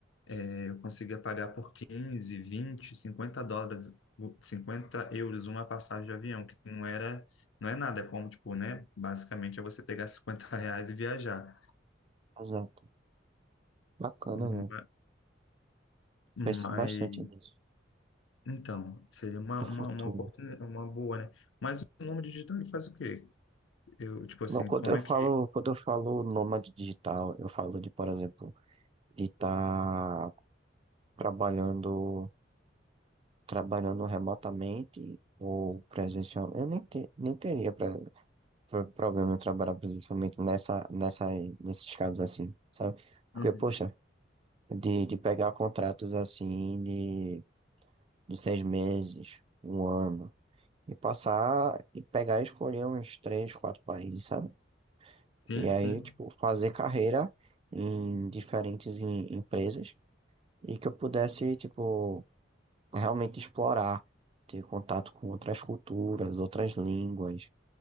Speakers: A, on the left; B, on the right.
A: é, eu conseguia pagar por 15, 20, 50 dólares, o- 50 euros uma passagem de avião, que não era, não é nada, é como, tipo, né? Basicamente é você pegar <laughs> 50 reais e viajar.
B: Exato. Bacana,
A: Ma-
B: velho.
A: Mas,
B: Penso bastante nisso.
A: então, seria uma,
B: Pro
A: uma,
B: futuro.
A: uma oportunidade, uma boa, né? Mas o nome digital ele faz o quê? Eu, tipo assim,
B: Não, quando
A: como
B: eu
A: é
B: falo,
A: que.
B: quando eu falo nômade digital, eu falo de, por exemplo, de estar trabalhando, trabalhando remotamente ou presencial. Eu nem, te- nem teria pra, pro- problema em trabalhar presencialmente nessa, nessa, nesses casos assim, sabe? Porque,
A: Uhum.
B: poxa, de, de pegar contratos assim de, de seis meses, um ano, e passar e pegar e escolher uns três, quatro países, sabe?
A: Sim,
B: E aí,
A: sim,
B: tipo, fazer carreira em diferentes em- empresas e que eu pudesse, tipo, realmente explorar, ter contato com outras culturas, outras línguas,